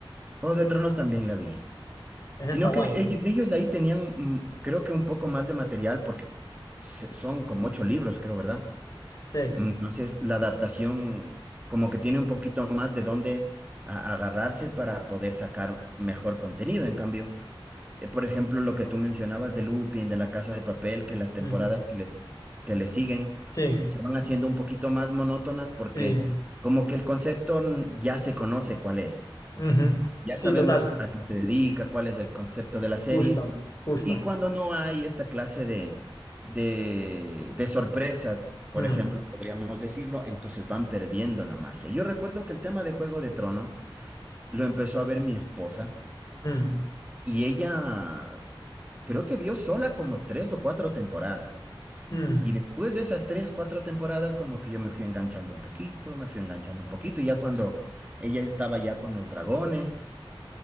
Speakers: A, on the right (about 15°); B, on the left (about 40°).
A: Juego de Tronos también la vi.
B: Esa
A: Sino
B: está guay,
A: que
B: ¿no?
A: ello- ellos, ahí tenían, mm, creo que un poco más de material, porque se- son como ocho libros, creo, ¿verdad?
B: Sí,
A: Entonces, la adaptación como que tiene un poquito más de dónde a- agarrarse para poder sacar mejor contenido. En cambio, Eh, por ejemplo, lo que tú mencionabas de Lupin, de La Casa de Papel, que las temporadas
B: mm,
A: que les, que le siguen
B: sí,
A: se van haciendo un poquito más monótonas porque
B: sí,
A: como que el concepto n- ya se conoce cuál es.
B: ujú,
A: Ya
B: Sí,
A: sabemos
B: total,
A: a qué se dedica, cuál es el concepto de la serie.
B: justo, justo.
A: Y cuando no hay esta clase de, de, de sorpresas, por
B: Mm,
A: ejemplo, podríamos decirlo, entonces van perdiendo la magia. Yo recuerdo que el tema de Juego de Tronos lo empezó a ver mi esposa.
B: mm,
A: Y ella creo que vio sola como tres o cuatro temporadas.
B: mm,
A: Y después de esas tres, cuatro temporadas, como que yo me fui enganchando un poquito, me fui enganchando un poquito, ya cuando ella estaba ya con los dragones.